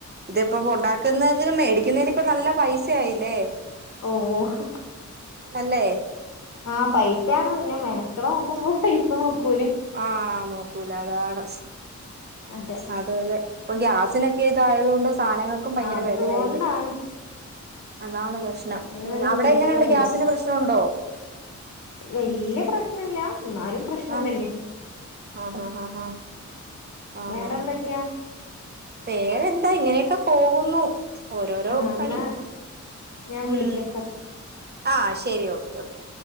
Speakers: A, on the right; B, on the left.
A: ഇതിപ്പോ ഉണ്ടാക്കുന്നതിനും മേടിക്കുന്നതിന് ഇപ്പ നല്ല പൈസയായില്ലേ....
B: ഓഹ്
A: അല്ലേ......
B: ആഹ പൈസയാണ് പിന്നെ മെനക്കടെ നോക്കുമ്പോ പൈസ നോക്കൂല......
A: ആഹ നോക്കൂല അതാണ്
B: അതെ
A: അതലെ..... ഇപ്പൊ ഗ്യാസിനൊക്കെ ഇതായതു കൊണ്ട് സാധനങ്ങൾക്കും ഭയങ്കര
B: അതുകൊണ്ടാണ്
A: വിലയായില്ലേ..... അതാണ് പ്രശ്നം
B: അതിന്
A: ഉം
B: നല്ല
A: അവിടെ
B: മേടിക്കല
A: എങ്ങനെയണ്ട്
B: വിചാരിക്കും
A: ഗ്യാസിന്റെ പ്രശ്നംണ്ടോ...
B: വല്യ പ്രശ്നല്ല എന്നാലും.... പ്രശ്നം
A: ആഹ
B: തന്നെ
A: ആഹ ഹഹ് ആഹ ആഹ... ആഹ്
B: വേറെന്തൊക്കെയാ
A: വേറെന്താ ഇങ്ങനെയൊക്കെ പോകുന്നു.., ഓരോരോ
B: ആ
A: പണി
B: എന്നാ ഞാൻ
A: ഉം.....
B: വിളിക്കപ്പ
A: ആ ശെരി ഓക്കെ ഓക്കെ.....